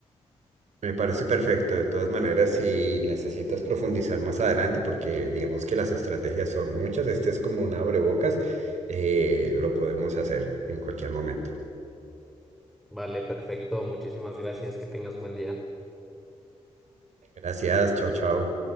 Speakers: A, on the right (about 75°); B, in the centre.
A: Me parece perfecto. De todas maneras, si necesitas profundizar más adelante, porque digamos que las estrategias son muchas, este es como un abrebocas, eh, lo podemos hacer en cualquier momento.
B: Vale, perfecto. Muchísimas gracias. Que tengas buen día.
A: Gracias, chao, chao.